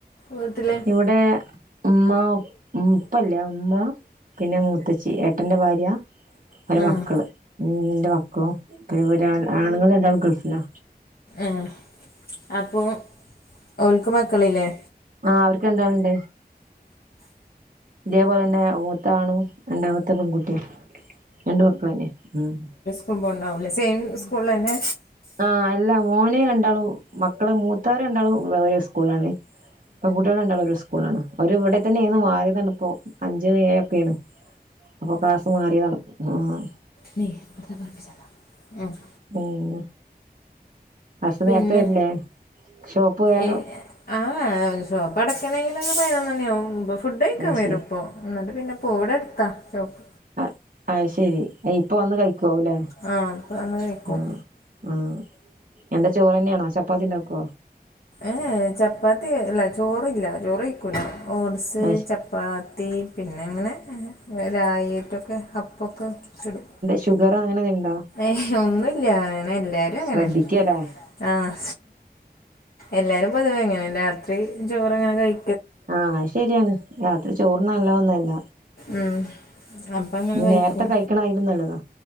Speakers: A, on the left; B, on the right.
A: വീട്ടില്
B: ഇവടെ ഉമ്മ ഉപ്പല്ല്യ ഉമ്മ പിന്നെ മൂത്തച്ചി ഏട്ടന്റെ ഭാര്യാ ഓരെ
A: ആഹ്
B: മക്കള്, ന്റെ മക്കളും പിന്നെവര് ആണുങ്ങള് രണ്ടാളും ഗൾഫ് ലാ
A: ഏഹ്. അപ്പോ ഓൽക്ക് മക്കളില്ലേ?
B: ആഹ് അവർക്ക് രണ്ടാൾണ്ട്. ഇതേപോലെന്നെ മൂത്ത ആണും രണ്ടാമത്തെ പെങ്കുട്ടിം. രണ്ടു മക്കളന്നെ ആഹ്
A: <unintelligible> ണ്ടാവുല്ലേ സെയിം സ്കൂൾളെന്നെ.
B: ആഹ്. അല്ല മോനെ രണ്ടാളും മക്കള് മൂത്തോര് രണ്ടാളും <unintelligible> സ്കൂൾളാണ്. പെങ്കുട്ട്യള് രണ്ടാളും ഒരു സ്കൂൾലാണ്. ഓര്വ്ടെ തന്നെര്ന്ന് മാറിയതാണ്പ്പോ അഞ്ച്ഏഴൊക്കേണ്. അപ്പൊ ക്ലാസ്സ്‌ മാറിയതാണ്. ആഹ്
A: <unintelligible> പതപർപ്പിച്ചല്ല എഹ്
B: ഉം. അസ്
A: പിന്നെ
B: നേര്ത്തെവെര്ല്ലേ. ഷോപ്പ് വേഗം
A: ഏ ആ ഏ എ ഷോപ്പടയ്ക്കണെങ്കിലൊക്കെ പയ്നൊന്നണ്യാവും, പ്പ ഫുഡയ്ക്കാ
B: അത്
A: വെരുപ്പോ.
B: ശരി
A: ന്നട്ട് പിന്നെ പോവു വടട്ത്താ ഷോപ്പ്.
B: അ അയ്ശെരി അഇപ്പ വന്ന് കഴിക്കാവുല്ലേ?
A: ആ അപ്പോൾ അന്ന് കഴിക്കും
B: ആഹ്. ആഹ്, എന്താ ചോറന്നെണോ? ചപ്പാത്തിണ്ടാക്കോ?
A: ഏഹേ ചപ്പാത്തി ല്ല ചോറില്ല ചോറയ്ക്കൂലാ ഓട്സ്
B: അത് ശരി.
A: ച പാത്തി പിന്നെ ങ്ങനെ രാ രായിറ്റൊക്കെ അപ്പൊക്കെ ചുടും.
B: ഷുഗറങ്ങനെന്തെണ്ടാ?
A: ഏഹ്, ഒന്നുല്ല്യ നെ എല്ലാരു അങ്ങനെ.
B: ശ്രദ്ധിക്കല്ലേ
A: ആഹ്, എല്ലാരും പൊതുവെ അങ്ങനെന്നെ രാത്രി ചോറങ്ങനെ കഴി
B: ആഹ് അഅ് ശെരിയാന്ന് രാത്രി ചോറ് നല്ലോന്നല്ല.
A: ഉം, അപ്പങ്ങനെ കഴിക്കും.
B: നേരത്തെ കഴിക്കണ ആയാലും നല്ലതാ